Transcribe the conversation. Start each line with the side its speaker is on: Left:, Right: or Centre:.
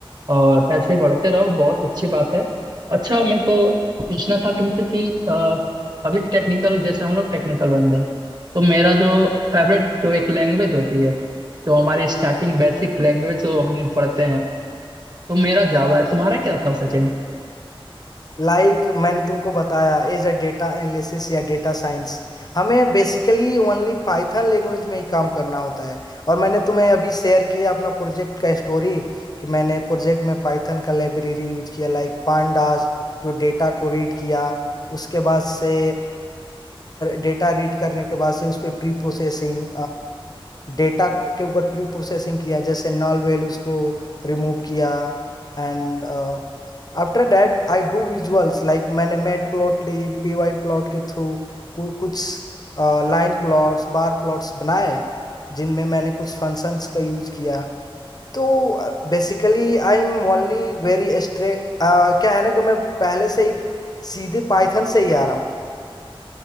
Right: और ऐसे ही बढ़ते रहो बहुत अच्छी बात है अच्छा मेरे को पूछना था तुमसे कि अ, अभी टेक्निकल जैसे हम लोग टेक्निकल बंदे हैं तो मेरा जो फेवरेट जो एक लैंग्वेज होती है जो हमारी स्टार्टिंग बेसिक लैंग्वेज जो हम पढ़ते हैं तो मेरा जावा है तुम्हारा क्या था सचिन
Left: लाइक like मैंने तुमको बताया एज अ डेटा एनालिसिस या डेटा साइंस हमें बेसिकली ओनली पाइथन लैंग्वेज में ही काम करना होता है और मैंने तुम्हें अभी शेयर किया अपना प्रोजेक्ट का स्टोरी कि मैंने प्रोजेक्ट में पाइथन का लाइब्रेरी यूज किया लाइक पांडास जो डेटा को रीड किया उसके बाद से डेटा रीड करने के बाद से उस पर प्री प्रोसेसिंग डेटा के ऊपर प्री प्रोसेसिंग किया जैसे नल वेल उसको रिमूव किया And after that I do visuals like मैंने matplotlib P Y plot के थ्रू कुछ लाइन प्लॉट्स बार प्लॉट्स बनाए जिनमें मैंने कुछ फंक्शंस का यूज किया तो basically I am only very stray क्या है ना कि मैं पहले से ही सीधे पाइथन से ही आ रहा हूँ